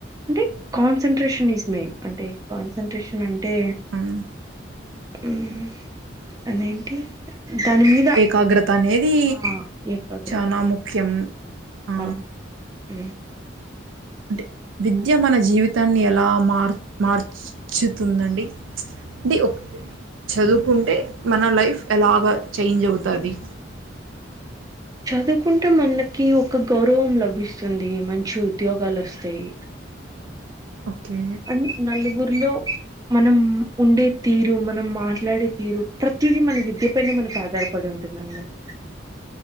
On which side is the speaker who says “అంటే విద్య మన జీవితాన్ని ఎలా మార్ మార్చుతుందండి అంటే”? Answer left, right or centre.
Right